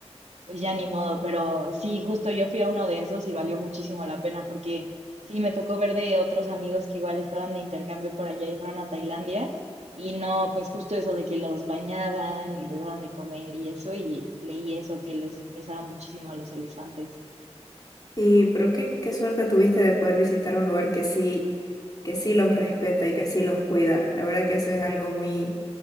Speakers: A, on the right; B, on the left.
A: pues ya ni modo, pero sí, justo yo fui a uno de esos y valió muchísimo la pena porque sí, me tocó ver de otros amigos que igual estaban de intercambio por allá y fueron a Tailandia y no, pues justo eso de que los bañaban y les daban de comer y eso, y leí eso que les estresaba muchísimo a los elefantes.
B: Y pero qué, qué suerte tuviste de poder visitar un lugar que sí, que sí los respeta y que sí los cuida. La verdad que eso es algo muy